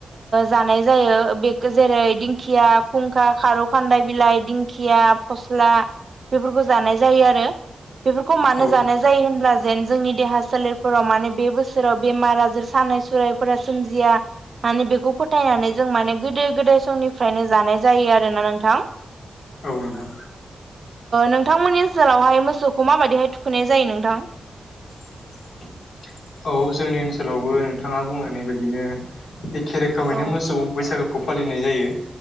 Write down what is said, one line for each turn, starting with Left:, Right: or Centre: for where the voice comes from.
Right: जानाय जायो बे जेरै दिंखिया खुंखा खार खारौ खान्दाय बिलाइ दिंखिया फस्ला बेफोरखौ जानाय जायो आरो बेफोरखौ मानो
Left: औ
Right: जानाय जायो होनब्ला जेन जोंनि देहा सोलेरफोराव माने बे बोसोराव बेमार आजार सान <unintelligible> फोरा सोमजिया माने बेखौ फोथायनानै जों माने गोदो गोदाय समनिफ्रायनो जानाय जायो आरो न नोंथां
Left: औ नोंथां
Right: नोंथांमोननि ओनसोलावहाय मोसौखौ माबादिहाय थुखैनाय जायो नोंथां
Left: <inaudible> औ जोंनि ओनसोलावबो नोंथाङा बुंहनाय बायदिनो एखे रोखोमैनो
Right: औ
Left: मोसौ बैसागो खौ फालिनाय जायो